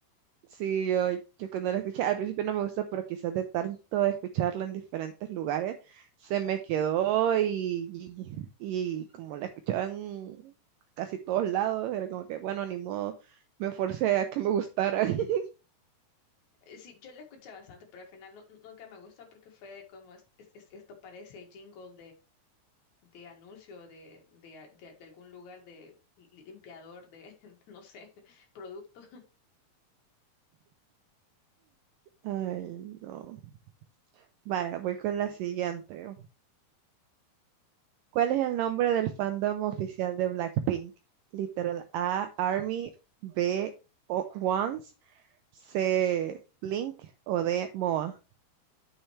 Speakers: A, on the right (about 85°); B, on the left (about 55°).
A: Sí, yo, yo cuando la escuché, al principio no me gusta, pero quizás de tanto escucharla en diferentes lugares, se me quedó y, y, y como la escuchaba en casi todos lados, era como que, bueno, ni modo, me forcé a que me gustara. <laughs>
B: Eh, Sí, yo la escuché bastante, pero al final nu- nunca me gustó porque fue de como, "Es- es- es- esto parece jingle de anuncio de, de, de- de algún lugar de li- limpiador de, <laughs> no sé, producto.
A: Ay, no. Vaya, voy con la siguiente. ¿Cuál es el nombre del fandom oficial de Blackpink? Literal A, Army, B, O- Once, C, Blink o D, MOA.